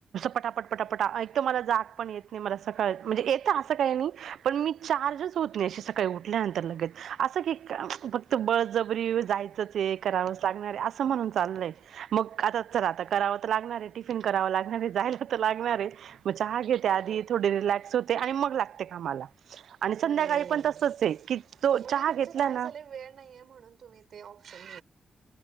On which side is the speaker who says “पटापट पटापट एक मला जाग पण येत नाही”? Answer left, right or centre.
Right